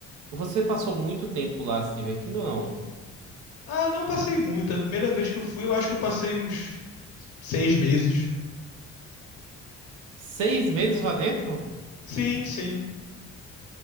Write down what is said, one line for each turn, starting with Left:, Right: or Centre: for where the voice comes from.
Right: Você passou muito tempo lá se divertindo ou não?
Left: Ah, não passei muito. A primeira vez que eu fui, eu acho que eu passei uns seis meses.
Right: Seis meses lá dentro?
Left: Sim, sim.